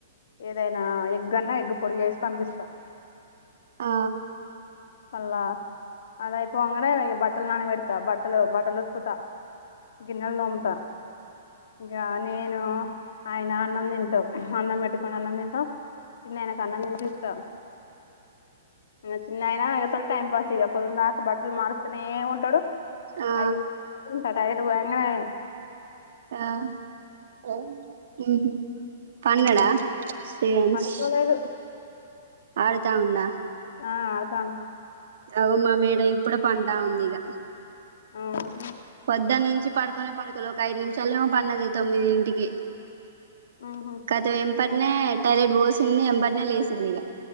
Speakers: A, on the left; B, on the right.
A: ఏదైనా ఎగ్ అన్నా ఎగ్గు పొడి చేసి పంపిస్తా
B: ఆ
A: పల్ల అది అయ్యి పోంగనే బట్టలు నానబేడుతా బట్టలు బట్టలు ఊతుకుతా గిన్నెలు తోముత ఇగ నేను ఆయన అన్నం తింటాం అన్నం పెట్టుకుని అన్నం తింటాం చిన్నాయనకు అన్నం తినిపిస్తామ్ అ చిన్నాయిన్ తా అతలు టైం పాస్ ఇగ పొద్దున్ దాక బట్టలు మారుస్తనే ఉంటాడు
B: ఆ
A: అవి ఉంటాత్ సైడు వంగాఅయే
B: ఆ ఉహు పన్నడా
A: మ్
B: ఫెంస్
A: పడుకోలేదు
B: ఆడుతా ఉందా
A: ఆ ఆడుతాండు
B: అగో మా మేడం ఇప్పుడే పంట ఉంది ఇక
A: అవును
B: పొద్దున్ నుంచి పడుకొనే పడుకోలేవు ఒక ఐదు నిమిషాల ఏమో పన్నది తొమ్మిది ఇంటికి
A: మ్ హు
B: కతం వెంపట్ నే టైలెట్ పోసింది ఎంబట్ నే లేసింది ఇక